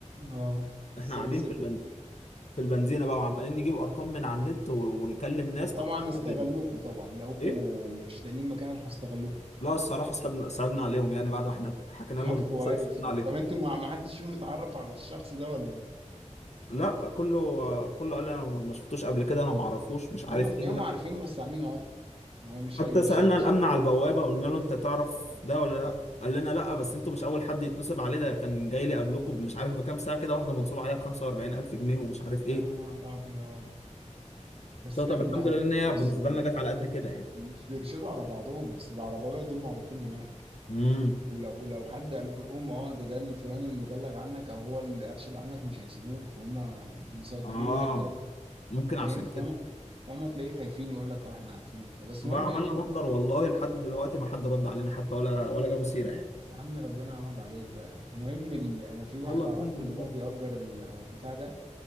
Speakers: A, on the right; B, on the left.
A: اه سري
B: احنا قاعدين
A: سكت
B: في البن... في البنزينه بقى وعمالين نجيب ارقام من على النت و... ونكلم ناس طب
A: طبعا
B: تعالى
A: استغلوكوا
B: قابلنا
A: طبعا لقوكوا
B: ايه
A: مش لاقيين مكان راحوا استغلوكوا
B: لا الصراحه صعبنا صعبنا عليهم يعني بعد ما احنا حكينا
A: <laughs>
B: لهم
A: طب
B: القصه
A: كويس
B: دي صعبنا
A: والله
B: عليهم
A: طب انتوا ما ما حدش فيهم اتعرف على الشخص ده ولا ايه؟
B: لا كله كله قال لي انا ما شفتوش قبل كده انا ما اعرفوش مش عارف
A: هم تلاقيهم
B: ايه لا
A: عارفينه بس عاملين عبط ان هو مش
B: حتى
A: هي مش
B: سألنا
A: هيسيب
B: الأمن على
A: على
B: البوابة
A: بعض
B: قلنا له أنت تعرف ده ولا لأ؟ قال لنا لأ بس أنتوا مش أول حد يتنصب عليه ده كان جاي لي قبلكم مش عارف بكام ساعة كده واحدة منصوب عليها ب 45000 جنيه ومش عارف إيه
A: يا نهار ابيض بس
B: قلت له
A: يا ابني
B: طب الحمد
A: لا هم
B: لله
A: بص
B: إن هي بالنسبة
A: ال-
B: لنا جت على قد كده يعني
A: ال- مش بيرشدوا على بعضهم بس العرباويه دول معروفين هناك
B: امم
A: ولو ولو حد قال لهم اه ده ده الفلان اللي بلغ عنك او هو اللي ارشد عنك مش هيسيبوه فهم مسيطرين
B: آه
A: هناك جامد
B: ممكن
A: فهمت
B: عشان كده
A: فهم فهم تلاقيه خايفين يقول لك اه احنا عارفين وبتاع بس
B: بقى
A: المهم
B: عملنا
A: يعني دي-
B: محضر والله لحد دلوقتي ما حد رد علينا حتى ولا ولا جابوا سيرة يعني
A: يا عم ربنا يعوض عليك بقى المهم ال... انا في واحد
B: يلا الحمد
A: اعرفه
B: لله
A: اللي هو بيأجر البتاع ده